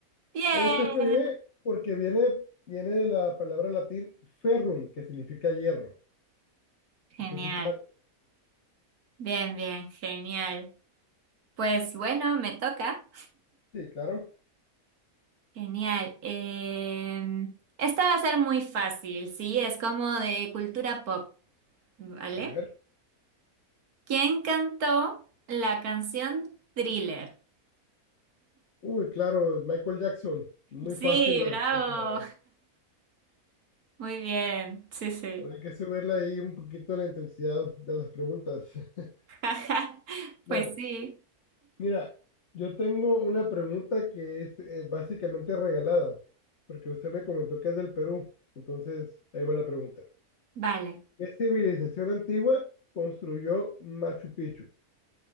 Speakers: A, on the right; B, on the left.
A: Bien.
B: Es Fe porque viene, viene de la palabra latín ferrum, que significa hierro.
A: Genial.
B: Entonces está,
A: Bien, bien, genial. Pues bueno, me toca.
B: sí, claro.
A: Genial. Eh, esta va a ser muy fácil, sí, es como de cultura pop, ¿vale?
B: A ver.
A: ¿Quién cantó la canción Thriller?
B: Uy, claro, Michael Jackson. Muy
A: Sí,
B: fácil la
A: bravo.
B: respuesta, la verdad.
A: Muy bien. Sí, sí.
B: Habrá que subirle ahí un poquito la intensidad de las preguntas. <laughs>
A: <laughs>
B: Bueno,
A: Pues sí.
B: mira, yo tengo una pregunta que es eh, básicamente regalada, porque usted me comentó que es del Perú, entonces ahí va la pregunta.
A: Vale.
B: ¿Qué civilización antigua construyó Machu Picchu?